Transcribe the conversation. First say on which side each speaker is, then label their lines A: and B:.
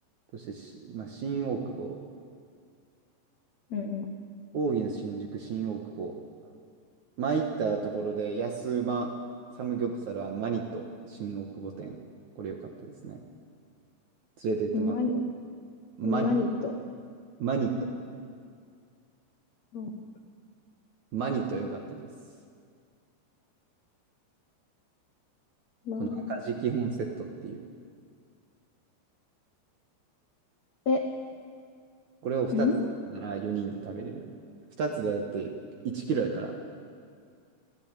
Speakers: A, on the right; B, on the left.
A: そしてし、まあ、新大久保、
B: うん
A: 講義の新宿、新大久保。前行ったところで、安うまサムギョプサルはマニと新大久保店。これ良かったですね。連れてってもらった
B: うん。マニ
A: マニ、
B: マニと。
A: マニと、
B: うん。
A: マニと良かったです。
B: マニと。
A: この赤字基本セットっていう。
B: え、
A: これを2つなら4人で食べれる。
B: うん
A: 2つでだって1キロやから。